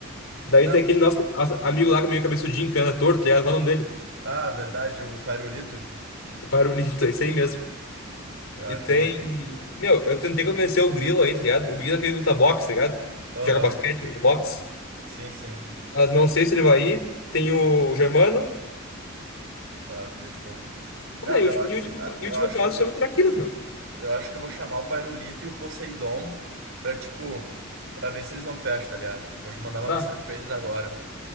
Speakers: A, on the left; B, on the right.
A: Daí
B: Não.
A: tem aquele nosso nosso amigo lá que é meio cabeçudinho, que anda torto, tá ligado? Qual é o nome dele?
B: Ah, verdade, o Pairulito.
A: O Parolito, <laughs> é esse aí mesmo.
B: Eu
A: E
B: acho
A: tem.
B: que eu.
A: Meu, eu tentei convencer o Grilo aí, tá ligado? O Grilo é aquele que luta boxe, tá ligado?
B: Aham.
A: Joga basquete, luta boxe.
B: Sim, sim.
A: Mas não sei se ele vai ir. Tem o Germano.
B: Tá, fechou. Não,
A: Como é?
B: mas
A: E o último,
B: eu acho
A: e o último,
B: que ah,
A: e
B: eu
A: o último
B: acho
A: caso
B: que eu vou
A: chama o Traquinas, meu.
B: eu acho que eu vou chamar o Pairulito e o Poseidon pra, tipo, pra ver se eles não fecham, tá ligado? Vou mandar uma
A: Tá,
B: mensagem pra eles agora.